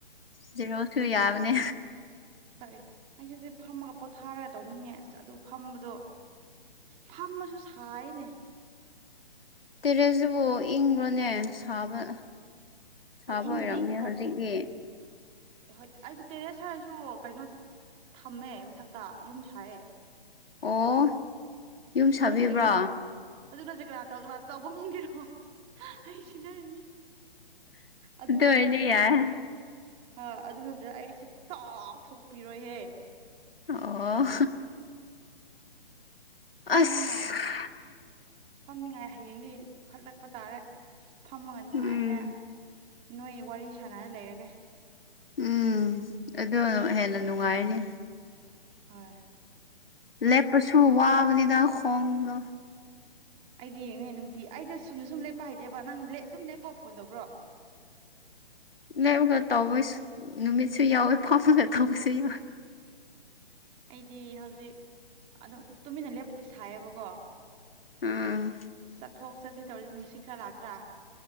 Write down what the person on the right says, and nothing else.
ꯍꯣꯏ ꯑꯩ ꯍꯧꯁꯦ ꯐꯝꯃꯒ ꯄꯣꯊꯥꯔꯒ ꯇꯧꯅꯤꯡꯉꯦ ꯑꯁ ꯑꯗꯨ ꯐꯝꯕꯗꯣ ꯐꯝꯃꯁꯨ ꯁꯥꯏꯌꯦꯅꯦ
ꯑꯣ ꯏꯪꯕꯨꯗꯤ
ꯏꯉꯦ ꯄ
ꯎ ꯍꯣꯏ ꯑꯩꯕꯨ ꯇꯦꯔꯦꯁ ꯍꯥꯏꯔꯁꯨ ꯀꯩꯅꯣ ꯊꯝꯃꯦ ꯃꯊꯛꯇ ꯌꯨꯝ ꯁꯥꯏꯑꯦ
ꯑꯗꯨ
ꯅꯠꯇ꯭ꯔꯦ ꯀꯅꯥ ꯑꯗꯨ ꯅꯠꯇ꯭ꯔꯦ ꯀꯅꯥꯇꯅꯥ ꯇꯧꯕ ꯉꯝꯒꯦꯔꯣ ꯍ ꯁꯤꯟꯅꯔꯅꯤ ꯑꯗꯨ
ꯍ ꯑꯗꯨ ꯅꯠꯇ꯭ꯔꯅ ꯑꯩꯁꯨ ꯇꯥꯎꯊꯣꯛꯄꯤꯔꯣꯏꯍꯦ
ꯐꯝꯅꯤꯉꯥꯏ
ꯐꯝꯅꯤꯉꯥꯏ ꯍꯌꯦꯡꯗꯤ ꯄꯨꯈꯠꯂꯛꯄ ꯇꯥꯔꯦ ꯐꯝꯃꯒ ꯅꯨꯡꯉꯥꯏꯅ
ꯅꯣꯏ ꯋꯥꯔꯤ ꯁꯥꯟꯅꯔ ꯂꯩꯔꯒꯦ
ꯍꯣꯏ
ꯑꯩꯗꯤ ꯌꯦꯡꯉꯅꯦ ꯅꯨꯡꯇꯤ ꯑꯩꯗ ꯁꯨꯝꯅ ꯁꯨꯝ ꯂꯦꯞꯄ ꯍꯥꯏꯇꯦꯕ ꯅꯪꯞ ꯑꯗꯨꯝ ꯂꯦꯞꯄꯣ ꯐꯣꯟ ꯇꯧꯕ꯭ꯔꯣ
ꯑꯩꯗꯤ ꯍꯧꯖꯤꯛ ꯑꯗꯨꯝ ꯇꯨꯃꯤꯟꯅ ꯂꯦꯞꯄꯗꯤ ꯁꯥꯏꯌꯦꯕꯀꯣ
ꯆꯠꯊꯣꯛ ꯆꯠꯁꯤ ꯇꯧꯔꯤ ꯅꯨꯡꯁꯤꯠ ꯈꯔ ꯂꯥꯛꯇ꯭ꯔꯥ